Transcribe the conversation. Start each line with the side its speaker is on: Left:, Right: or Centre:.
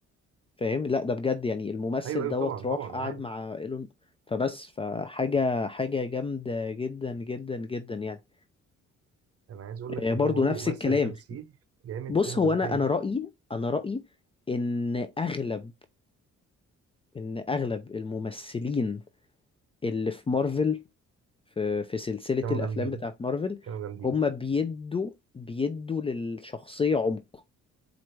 Left: فاهم لا ده بجد يعني الممثل
Right: ايوه ايوه
Left: دوت
Right: طبعا طبعا
Left: راح قعد
Right: انا عارف
Left: مع ايلون فبس فحاجة حاجة جامدة جدا جدا جدا يعني
Right: انا عايز اقول لك
Left: آه،
Right: ان
Left: برضو
Right: هو برضه
Left: نفس
Right: ممثل
Left: الكلام
Right: تمثيل جامد
Left: بص
Right: فوق ما
Left: هو انا
Right: تتخيل
Left: انا رأيي انا رأيي ان اغلب ان اغلب الممثلين اللي في مارفل في في سلسلة
Right: كانوا
Left: الافلام
Right: جامدين
Left: بتاعت مارفل
Right: كانوا جامدين
Left: هم بيدوا بيدوا للشخصية عمق